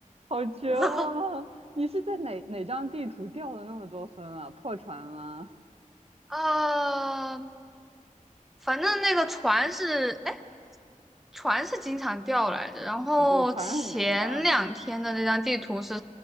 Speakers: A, on the right; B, in the centre.
A: 好绝望啊！
B: <laughs>
A: 你是在哪哪张地图掉了那么多分啊？破船吗？
B: 啊。反正那个船是，哎，船是经常掉来着。然后前两天的那张地图是，
A: 啊，对，船很难打，